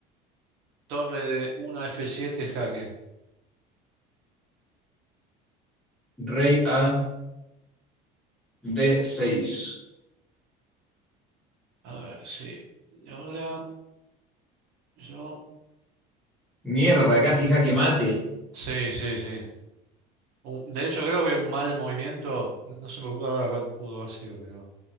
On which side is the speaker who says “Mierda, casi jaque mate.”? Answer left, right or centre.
Centre